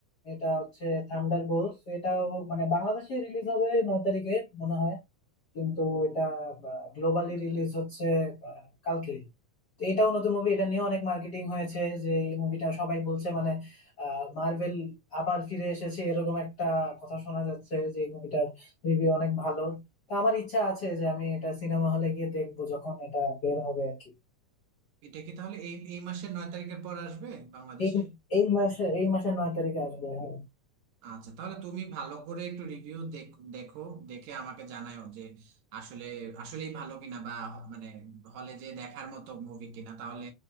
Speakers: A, on the left (about 75°); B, on the right (about 75°).
A: এটা হচ্ছে থান্ডার বোলস এটাও মানে বাংলাদেশে রিলিজ হবে নয় তারিখে মনে হয় কিন্তু এটা গ্লোবালি রিলিজ হচ্ছে আহ, কালকেই তো এটাও নতুন মুভি এটা নিয়ে অনেক মার্কেটিং হয়েছে যে এই মুভিটা সবাই বলছে মানে মার্ভেল আবার ফিরে এসেছে এরকম একটা কথা শোনা যাচ্ছে যে এই মুভিটার রিভিউ অনেক ভালো তা আমার ইচ্ছা আছে যে আমি এটা সিনেমা হলে গিয়ে দেখবো যখন এটা বের হবে আর কি
B: এটা কি তাহলে এই এই মাসের নয় তারিখের পর আসবে বাংলাদেশে
A: এই এই মাসে এই মাসের নয় তারিখে আসবে হ্যাঁ
B: আচ্ছা তাহলে তুমি ভালো করে একটু রিভিউ দেখো দেখো দেখে আমাকে জানাও যে আসলে আসলেই ভালো কিনা বা মানে হলে যে দেখার মতো মুভি কিনা তাহলে